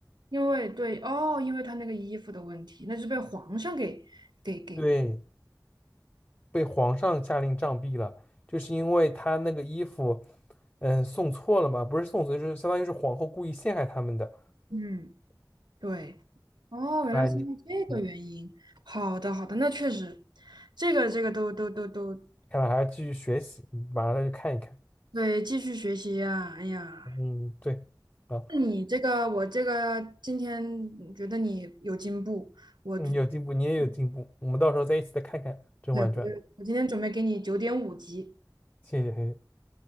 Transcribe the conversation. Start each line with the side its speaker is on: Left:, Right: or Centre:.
Right: 因为对哦，因为她那个衣服的问题，那是被皇上给给给，
Left: 对，被皇上下令杖毙了，就是因为他那个衣服，嗯，送错了嘛，不是送错，就是相当于是皇后故意陷害他们的。
Right: 嗯，对，哦，
Left: 看来你，
Right: 原来是因为这个原因。
Left: 嗯，
Right: 好的，好的，那确实，这个这个都都都都
Left: 看来还要继续学习，你马上再去看一看。
Right: 对，继续学习呀、哎呀，
Left: 嗯，对，啊，
Right: 那你这个我这个今天觉得你有进步，我就。
Left: 你有进步，你也有进步，我们到时候再一起再看看《甄嬛传》。
Right: 对，我今天准备给你九点五级，
Left: 谢谢，谢谢，